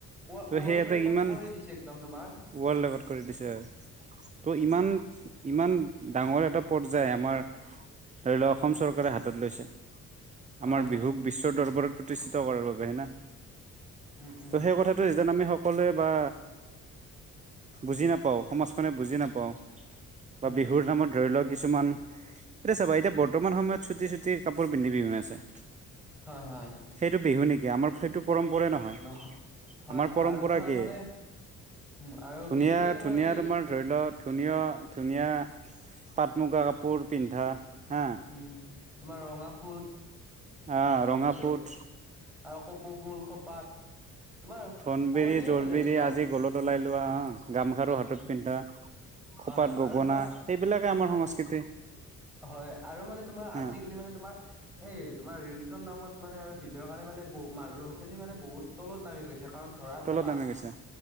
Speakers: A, in the centre; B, on the right.
A: ৱ-
B: ত'
A: ৱৰ্ল্ড
B: সেই এটা
A: ৰেকৰ্ড
B: ইমান
A: কৰি দিছে একদম তোমাৰ
B: ৱৰ্ল্ড ৰেকৰ্ড কৰি দিছে ত'
A: উম,
B: ইমান ইমান ডাঙৰ এটা পৰ্যায় আমাৰ ধৰি লওক অসম চৰকাৰে হাতত লৈছে
A: হয়,
B: আমাৰ
A: হয়,
B: বিহুক বিশ্বৰ দৰবাৰত প্ৰতিষ্ঠিত কৰাৰ বাবে হয়না
A: উম, উম,
B: ত' হেই কথাত ত'যেন আমি সকলোৱে বা বুজি নাপ পাওঁ সমাজখনে বুজি নাপাওঁ বা
A: উম,
B: বিহুৰ
A: উম,
B: নামত ধৰি লওক কিছুমান এতিয়া চাবা এতিয়া বৰ্তমান সময়ত চুটি -চুটি কাপোৰ পিন্ধি বিহু নাছে
A: হয়- হয়
B: সেইটো বিহু নেকি আমাৰ সেইটো পৰম্পৰাই নহয়
A: নহ হয়,
B: আমাৰ
A: হয়
B: পৰম্পৰা
A: আৰু তোমাৰ
B: কি
A: মানে উম, আৰু
B: ধুনীয়া-
A: কেনেকে তোমাৰ
B: ধুনীয়া
A: সেই
B: তোমাৰ ধৰি লওক ধুনীয় - ধুনীয়া পাট মুগা কাপোৰ পিন্ধা হা
A: উম, তোমাৰ ৰঙা ফুট
B: আহ
A: তাৰপিছত
B: ৰঙা ফুট
A: আৰু কপৌ ফুল খোপাত তোমাৰ
B: ধনবিৰি
A: শুৱনিয়ে
B: জলবিৰি
A: বেলেগ একদম।
B: আজি গলত অলাই লোৱা অ, গামখাৰু হত হাতত
A: উম
B: পিন্ধা
A: হয়
B: খোপাত
A: হয়
B: গগনা
A: আৰু তোমাৰ
B: সেইবিলাকে আমাৰ
A: আজি
B: সংস্কৃতি।
A: হয় আৰু মানে তোমাৰ আজিকালি
B: অ
A: মানে তোমাৰ এই তোমাৰ ৰিলচৰ নামত মানে আৰু ভিডিঅ'ৰ কাৰণে মানে ব মানুহখিনি মানে বহুত তলত নামি গৈছে কাৰণ ধৰা
B: তলত
A: চাবা
B: নামি গৈছে